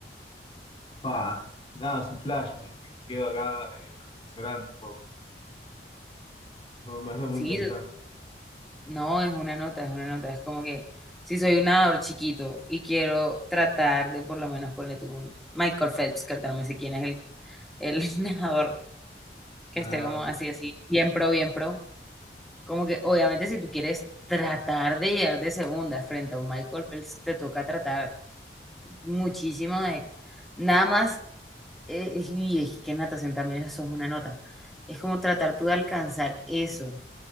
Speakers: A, on the left; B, in the centre.
A: Fua, nada, es un flash, me me quedo acá eh, reflexionando un poco. No, me hace muy
B: sí,
A: interesante.
B: no, es una nota, es una nota. Es como que si soy un nadador chiquito y quiero tratar de por lo menos ponerle tú un Michael Phelps, que ahorita no me sé quién es el, el <laughs> nadador que
A: No,
B: esté como así,
A: sí.
B: así, bien pro, bien pro. Como que obviamente si tú quieres tratar de llegar de segunda frente a un Michael Phelps, te toca tratar muchísimo de nada más, eh, y es que en natación también eso es una nota. Es como tratar tú de alcanzar eso